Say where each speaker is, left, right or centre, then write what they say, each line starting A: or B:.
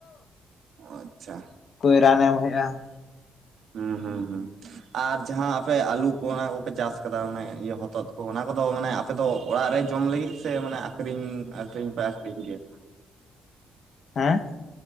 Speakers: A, on the right (about 70°); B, on the left (about 55°).
A: ᱟᱪᱪᱷᱟ
B: ᱠᱚᱭ ᱨᱟᱱ ᱮᱢ ᱦᱩᱭᱩᱜ-ᱟ ᱾
A: ᱦᱩᱸ ᱦᱩᱸ ᱦᱩᱸ᱾ ᱟᱨ ᱡᱟᱦᱟᱸ ᱟᱯᱮ ᱟᱞᱩ ᱠᱚ ᱚᱱᱟ ᱠᱚᱯᱮ ᱪᱟᱥ ᱠᱟᱫᱟ ᱚᱱᱮ ᱤᱭᱟᱹ ᱦᱚᱛᱚᱫ ᱠᱚ ᱚᱱᱟ ᱠᱚᱫᱚ ᱢᱟᱱᱮ, ᱟᱯᱮᱫᱚ ᱚᱲᱟᱜ ᱨᱮ ᱡᱚᱢ ᱞᱟᱹᱜᱤᱫ ᱥᱮ ᱢᱟᱱᱮ ᱟᱠᱷᱨᱤᱧ ᱟᱹᱠᱷᱨᱤᱧ ᱯᱮ ᱟᱠᱷᱨᱤᱧ ᱜᱮᱭᱟ?
B: ᱦᱮᱸ,